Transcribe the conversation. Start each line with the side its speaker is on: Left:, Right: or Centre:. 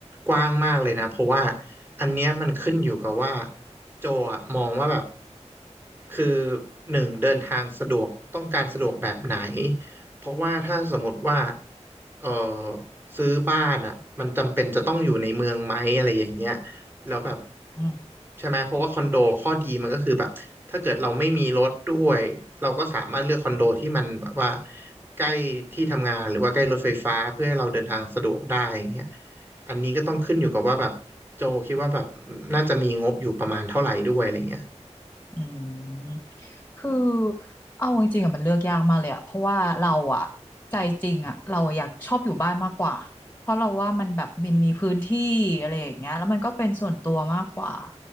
Right: กว้างมากเลยนะเพราะว่าอันเนี้ยมันขึ้นอยู่กับว่าโจอะมองว่าแบบคือหนึ่งเดินทางสะดวกต้องการสะดวกแบบไหนเพราะว่าถ้าสมมติว่าเออซื้อบ้านอ่ะมันจำเป็นจะต้องอยู่ในเมืองไหมอะไรอย่างเงี้ยแล้วแบบ
Left: อืม
Right: ใช่ไหมเพราะว่าคอนโดข้อดีมันก็คือแบบถ้าเกิดเราไม่มีรถด้วยเราก็สามารถเลือกคอนโดที่มันแบบว่า ใกล้ที่ทำงานหรือว่าใกล้รถไฟฟ้าเพื่อให้เราเดินทางสะดวกได้อย่างเงี้ยอันนี้ก็ต้องขึ้นอยู่กับว่าแบบโจคิดว่าแบบน่าจะมีงบอยู่ประมาณเท่าไหร่ด้วยอะไรเงี้ย
Left: อืมคือเอาจริงๆอะมันเลือกยากมากเลยอะเพราะว่าเราอะใจจริงอะเราอะอยากชอบอยู่บ้านมากกว่าเพราะเราว่ามันแบบมันมีพื้นที่อะไรอย่างเงี้ยแล้วมันก็เป็นส่วนตัวมากกว่า